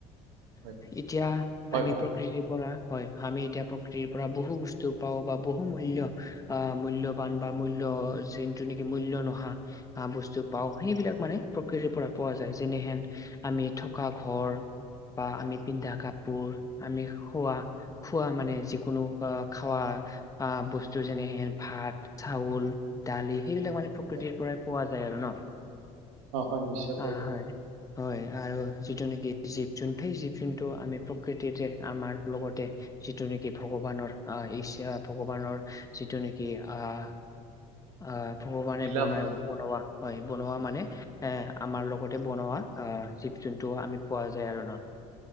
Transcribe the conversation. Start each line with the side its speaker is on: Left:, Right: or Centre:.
Right: হয়
Left: এতিয়া
Right: হয়
Left: আমি
Right: হয়
Left: প্ৰকৃতিৰ পৰা হয় আমি এতিয়া প্ৰকৃতিৰ পৰা বহু বস্তু পাওঁ বা বহু মূল্য আ মূল্যবান বা মূল্য যিনটো নেকি মূইল ল্য নোহা আহ বস্তু পাও সেইবিলাক মানে প্ৰকৃতিৰ পৰা পোৱা যায় যেনেহেন আমি থকা ঘৰ বা আমি পিন্ধা কাপোৰ আমি খোৱা খোৱা মানে যিকোনো আহ খাৱা আ বস্তু যেনেহেন ভাত চাউল দালি সেইবিলাক মানে প্ৰ কৃতিৰ
Right: হয়
Left: পৰাই পোৱা যায় আৰু ন
Right: অ হয় নিশ্চয় পোৱা
Left: অ
Right: যায়
Left: হয় হয় আৰু যিটো নেকি জীৱ জন্তু সেই জীৱ জন্তু আমি প্ৰকৃতিতে আমাৰ লগতে যিটো নেকি ভগৱানৰ অ ইচ্ছা ভগৱানৰ যিটো নেকি আহ আ ভগৱানে
Right: দিলা
Left: বনাই
Right: মানে
Left: বনোৱা হয় বনোৱা মানে এ আমাৰ লগতে বনোৱা আহ জীৱ জন্তু আমি পোৱা যায় আৰু ন